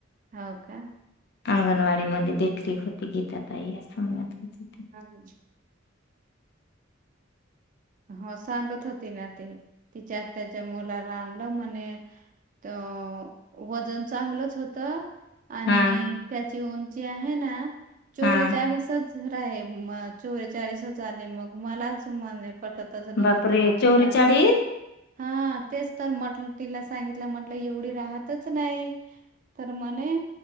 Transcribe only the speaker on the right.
हो का?
हा हो सांगत होती ना तती तिच्या आत्याच्या मुलाला आणलं म्हणे त वजन चांगलंच होतं. आणि
त्याची उंची आहे ना चौरे
चाळीस हो आहे म चोरेचाळीस आली मग मलाच म्हणे पटतच नव्हत
म्हणून
सांगत हा तेच तर म्हटल तिला सांगितलं म्हटलं एवढी राहतच नाही. तर म्हणे